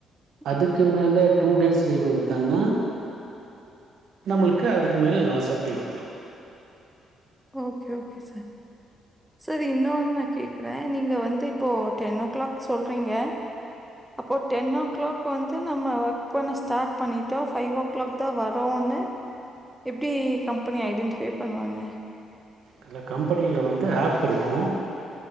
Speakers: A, on the right (about 70°); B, in the centre.
A: அதுக்கு
B: ஓகே.
A: மேல டூ டேஸ் லீவ் எடுத்தானா நமுலுக்கு அதுக்கு மேல லாசாப்பே வந்துரு
B: ஓகே ஓகே சார் சார் இன்னான்னு கேக்குறே நீங்க வந்து இப்போ டென் ஓ க்ளாக் சொல்றீங்க அப்போ டென் ஓ க்ளாக் இப்போ வந்து நம்ம ஒர்க் பண்ண ஸ்டார்ட் பண்ணிட்டோ ஃபைவ் ஓ க்ளாக் தா வரோனு எப்டி கம்பெனி ஐடென்டிஃபை பண்ணுவாங்க
A: இல்ல கம்பெனில வந்து ஆப் இருக்கு